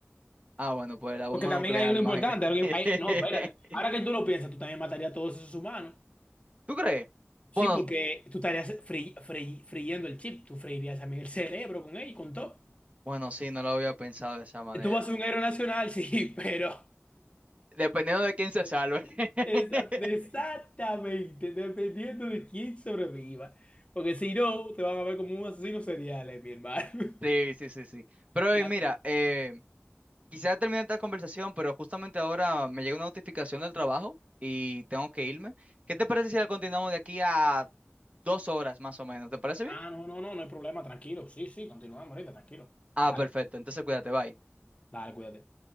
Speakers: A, on the right (about 30°); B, on the left (about 25°).
A: Ah, bueno, pues la bomba
B: porque también
A: nuclear,
B: hay uno
A: imagínate.
B: importante, alguien-
A: <laughs>
B: hay- no, espérate, ahora que tú lo piensas, tú también matarías a todos esos humanos,
A: ¿Tú crees?
B: sí,
A: Bueno,
B: porque tú estarías fri- fri- friendo el chip, tú freirías también el cerebro con él, y con todo.
A: bueno, sí, no lo había pensado de esa manera.
B: Tú vas a ser un héroe nacional, <laughs> sí, pero
A: Dependiendo de quién se salve. <laughs>
B: exa- exactamente, dependiendo de quién sobreviva. Porque si no, te van a ver como un asesino serial, eh, mi hermano.
A: Sí,
B: <laughs>
A: sí, sí, sí. Pero
B: La
A: eh, mira, eh, quisiera terminar esta conversación, pero justamente ahora me llega una notificación del trabajo y tengo que irme. ¿Qué te parece si la continuamos de aquí a dos horas más o menos? ¿Te parece bien?
B: Ah, no, no, no, no hay problema, tranquilo. Sí, sí, continúa, ahorita, tranquilo.
A: Ah,
B: Dale,
A: perfecto. Entonces cuídate, bye.
B: dale, cuídate.